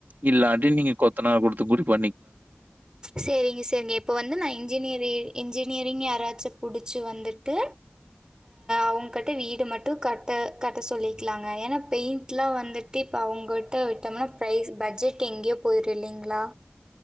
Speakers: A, on the right (about 50°); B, on the right (about 20°).
A: இல்லாநாட்டி நீங்க கொத்த நார் கொடுத்து கூடி ப
B: செரிங்க செரிங்க இப்போ வந்து நா இன்ஜினியரிங் இன்ஜினியரிங் யாராச்சு புடிச்சி வந்துட்டு அவங்கக்கிட்ட வீடு மட்டு கட்ட கட்ட சொல்லிக்கலாங்க ஏன்னா பெயிண்ட்லா வந்துட்டு இப்போ அவங்கிட்ட விட்டோம்னா ப்ரைஸ் பட்ஜெட் எங்கயோ போயிரு இல்லலைங்களா